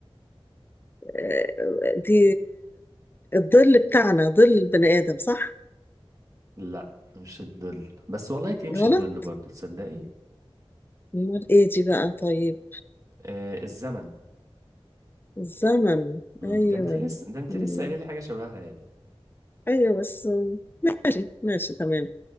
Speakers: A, on the left (about 20°); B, on the right (about 35°).
A: آه. دي الظل بتاعنا ظل البني ادم صح
B: لا مش الظل بس والله تمشي
A: غلط
B: الظل برضو تصدقي
A: امال ايه دي بقى طيب
B: آه الزمن
A: الزمن
B: مم،
A: ايوه
B: ده انت لسه ده انت
A: مم.
B: لسه قايله لي حاجة شبهها يعني
A: ايوه بس ماشي ماشي تمام